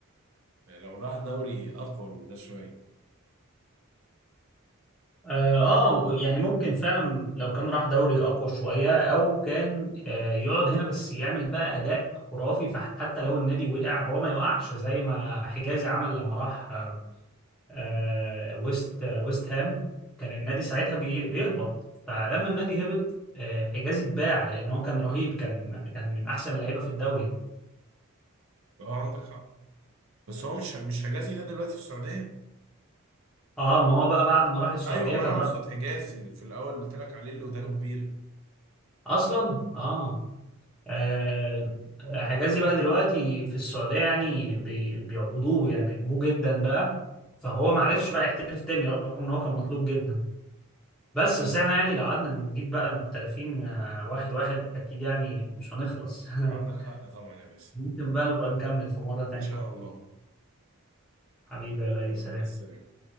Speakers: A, on the right; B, in the centre.
A: يعني لو راح دوري اقوى من ده شويه
B: اه آه، يعني ممكن فعلا لو كان راح دوري اقوى شويه او كان آه يقعد هنا بس يعمل بقى اداء خرافي فحتى لو النادي وقع هو ما يوقعش زي ما حجازي عمل لما راح آه آه، ويست آه ويست هام كان النادي ساعتها بي بيهبط فلما النادي هبط آه حجازي اتباع لان هو كان رهيب كان كان من احسن اللعيبه في الدوري
A: اه عندك حق بس هو مش مش حجازي ده دلوقتي في السعوديه
B: اه ما هو بقى بعد ما راح السعوديه
A: ايوه ما
B: كان
A: انا
B: راح
A: اقصد حجازي اللي في الاول قلت لك عليه اللي ودانه كبيره
B: اصلا اه آه، آه، حجازي بقى دلوقتي في السعودية يعني بي- بيعبدوه يعني بيحبوه جدا بقى فهو ما عرفش بقى يحترف تاني رغم ان هو كان مطلوب جدا بس بس احنا يعني لو قعدنا نجيب بقى المحترفين آه، واحد واحد اكيد يعني مش هنخلص <laughs>
A: عندك حق طبعا يا باسم
B: ممكن بقى نبقى نكمل في مرة تانية
A: ان شاء الله
B: حبيبي يا لؤي
A: يلا
B: سلام
A: مع السلامه